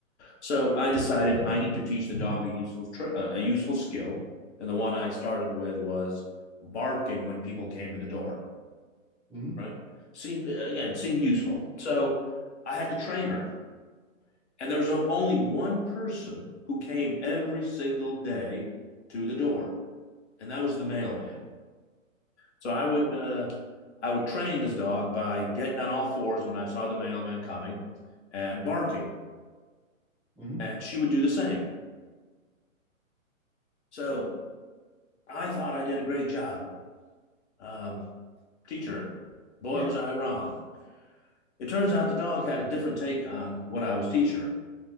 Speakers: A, on the left; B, in the centre.
A: So I decided I need to teach the dog a useful tr- a useful skill, and the one I started with was barking when people came to the door.
B: Mm-hmm.
A: Right? Seemed again seemed useful. So I had to train her, and there was only one person who came every single day to the door, and that was the mailman. So I would uh, I would train this dog by getting on all fours when I saw the mailman coming, and barking,
B: Mm-hmm.
A: and she would do the same. So I thought I did a great job um, teacher, boy,
B: Yeah.
A: was I wrong. It turns out the dog had a different take on what I was teaching her.